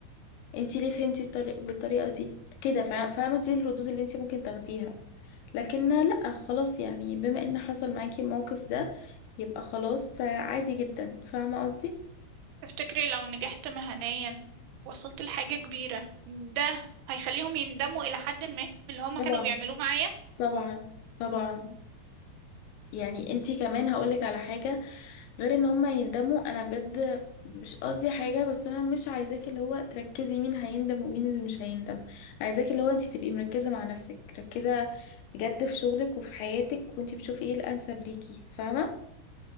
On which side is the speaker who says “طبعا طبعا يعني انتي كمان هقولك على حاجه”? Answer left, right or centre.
Left